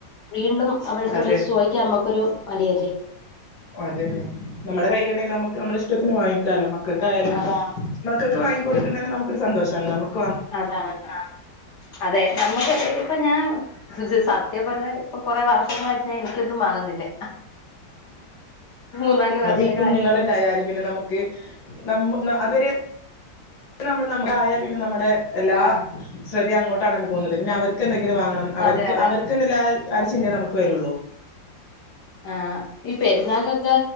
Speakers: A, on the left (about 60°); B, on the left (about 80°).
A: വീണ്ടും അവരെടുത്ത്
B: അതെ
A: വിളിച്ച് ചോദി ക്കാൻ നമ്മുക്കൊരു മടിയല്ലെ
B: അതന്നെ നമ്മുടെ കയ്യിയിലുണ്ടെങ്കിൽ നമുക്ക് നമ്മള ഇഷ്ടത്തിന് വാങ്ങിക്കാലോ മക്കക്കായാലും
A: അതാണ്
B: മക്കക്ക് വാങ്ങിക്കൊടുക്ക്ണ തന്നെ നമുക്കൊരു സന്തോഷാണ് നമു -
A: അതാണ് ആഹ് അതെ നമ്മുക്ക് ഇപ്പൊ ഞാ സത്യം പറഞ്ഞ ഇപ്പൊ കൊറെ വർഷങ്ങളായിട്ട് ഞാൻ എനിക്കൊന്നും വാങ്ങുന്നില്ല മൂന്നാല് വർഷങ്ങളായിട്ട്
B: അതീ കുഞ്ഞുങ്ങള്
A: കൊച്ച്
B: ഉണ്ടായാല് പിന്നെ നമുക്ക് നമ്മ അതുവരെ നമ്മൾ നമ്മു ആയ പിന്നെ നമ്മുടെ എല്ലാ
A: ആ
B: ശ്രദ്ധയും അങ്ങോ ട്ടാണല്ലൊ പോന്നത് പിന്നെ അവർക്ക് എന്തെങ്കിലും വാങ്ങണം അവർക്ക്
A: അതെ അതെ
B: അവർക്ക് ന്ന്ള്ള ആ ഒരു ചിന്ത നമുക്ക് വരുള്ളൂ
A: ആഹ് ഈ പെരുന്നാകൊക്കെ